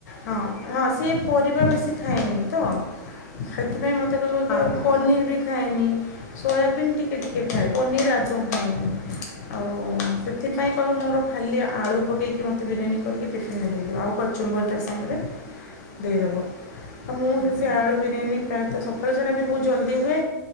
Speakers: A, on the left (about 55°); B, on the left (about 20°).
A: ହଁ ହଁ ସେ ପରିବା ବେଶୀ ଖାଏନି ତ ସେଥିପାଇଁ ମୋତେ କହିବ
B: ହଁ
A: କି ଆଉ
B: ହଁ
A: ପନିର ବି ଖାଏନି। ସୋୟାବିନ୍ ଟିକେ ଟିକେ ଖାଏ ପନିର ଆଦୌ ଖାଏନି ଆଉ ସେଥିପାଇଁ କହିବ ମୋର ଖାଲି ଆଳୁ ପକେଇକି କି ମୋତେ ବିରିୟାନୀ କରିକି ଟିଫିିନରେ ଦେଇଦେବେ ଆଉ କଚୁମ୍ବର ତା ସାଙ୍ଗରେ ଦେଇଦେବ ତ ମୁଁ
B: ହଁ
A: ସେ ସେ
B: ହଁ।
A: ଆଳୁ ବିରିୟାନୀ ପ୍ରାୟତଃ ସକାଳୁ ସେଇଟା ବି ବହୁତ ଜଲ୍ଦି ହୁଏ